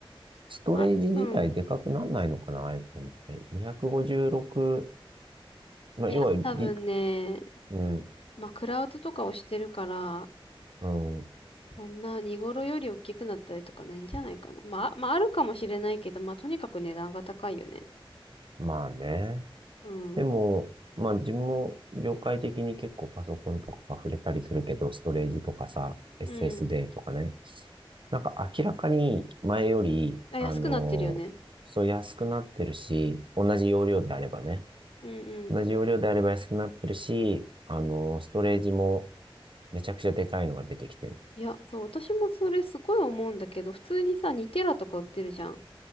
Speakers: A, on the right (about 60°); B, on the left (about 75°).
A: ストレージ自体でかくなんないのかな、
B: ま、うん。
A: iPhone って。256、まあ要はぎ、
B: いや、多分ね、
A: うん、
B: まあ、クラウドとかをしてるから、
A: うん、
B: そんな荷頃より大きくなったりとかないんじゃないかな。まあ、あまあ、あるかもしれないけど、まあ、とにかく値段が高いよね。
A: まあね。
B: うん。
A: でも、まあ自分も業界的に結構パソコンとか触れたりするけど、ストレージとかさ、SSD
B: うん。
A: とかね。なんか明らかに前より、
B: あ、
A: あのそう安くなってるし、
B: 安くなってるよね。
A: 同じ容量であればね。
B: うんうん。
A: 同じ容量であれば安くなってるし、あのストレージもめちゃくちゃでかいのが出てきてる。
B: いや、そう、私もそれすごい思うんだけど、普通にさ、2テラとか売ってるじゃん。